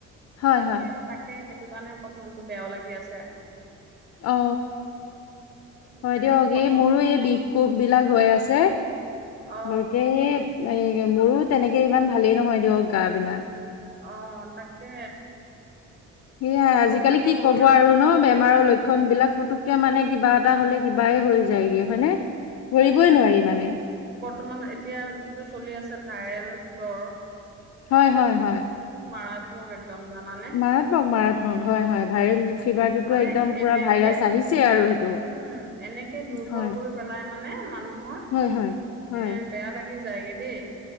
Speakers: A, on the left; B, on the right.
A: হয়, হয়,
B: সেই তাকে সেইটো কাৰণে অকণ মনতটো বেয়াও লাগি আছে।
A: অ হয়
B: তাকে
A: দিয়ক
B: খবৰ
A: এই মোৰো এই বিষ কোষ বিলাক হৈ আছে
B: অ
A: বৰকে সেই মোৰো তেনেকে ইমান ভালেই নহয় দিয়ক গা বিলাক।
B: অ তাকে
A: সেয়াই
B: ঔষধ
A: আজিকালি
B: পাতি
A: কি
B: কৰিলেও
A: কব আৰু
B: দেখোন
A: ন বেমাৰৰ লক্ষণ বিলাক
B: উম
A: পতুককে মানে কিবা এটা হ'লে কিবাই হৈ যায়গে হয়নে, ধৰিবই
B: এইটো
A: নোৱাৰি মানে
B: বৰ্তমান এতিয়া যিটো চলি আছে ভাইৰেল জ্বৰ
A: হয় হয় হয়।
B: বহুত মাৰাত্মক একদম জানানে
A: মাৰাত্মক মাৰাত্মক হয় হয় ভাইৰেল ফিভাৰটোতো
B: মানে
A: একদম পুৰা
B: এনেকে
A: ভাইৰাছ আহিছেই আৰু সেইটো,
B: উম এনেকে দুৰ্বল
A: হয়।
B: কৰি পেলাই। মানে মানুহৰ এ
A: হয় হয় হয়
B: বেয়া লাগি যায়গে দেই।